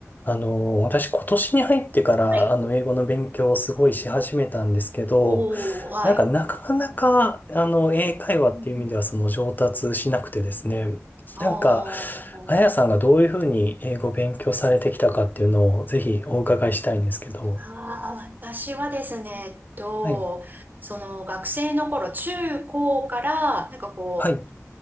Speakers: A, on the left (about 35°); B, on the right (about 35°).
A: あの、私今年に入ってから、
B: はい。
A: あの、英語の勉強をすごいし始めたんですけど、
B: おお、はい。
A: なんかなかなか、あの、英会話っていう意味ではその上達しなくてですね、
B: うん。あー
A: なんか、あやさんがどういうふうに英語を勉強されてきたかっていうのをぜひお伺いしたいんですけど。
B: あー、私はですね、えっと、
A: はい。
B: その学生の頃、中高から、なんかこう、
A: はい。